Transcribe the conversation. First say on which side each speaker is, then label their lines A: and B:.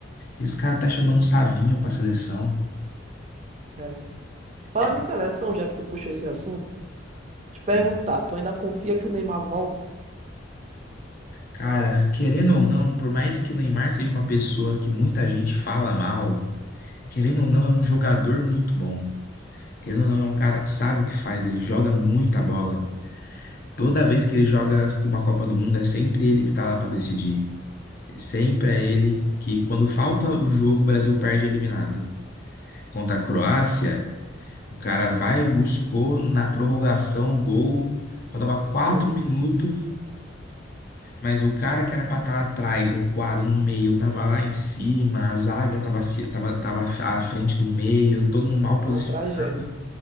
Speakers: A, on the left; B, on the right.
A: E os caras tá chamando
B: sim,
A: o Savinho pra seleção.
B: é. Falando
A: É,
B: em seleção, já que tu puxou esse assunto, te perguntar,
A: hum.
B: tu ainda confia que o Neymar volta?
A: Cara, querendo ou não, por mais que o Neymar seja uma pessoa que muita gente fala mal, querendo ou não, é um jogador muito bom. Querendo ou não, é um cara que sabe o que faz, ele joga muita bola. Toda vez que ele joga uma Copa do Mundo, é sempre ele que tá lá pra decidir. Sempre é ele que, quando falta o jogo, o Brasil perde eliminado. Contra a Croácia, o cara vai e buscou na prorrogação o gol. Faltava quatro
B: Sim,
A: minutos, mas o cara que era pra estar atrás, recuado no meio, tava lá em cima, a zaga tava, se- tava, tava à frente do meio, todo mundo mal posicionado.
B: uma tragédia.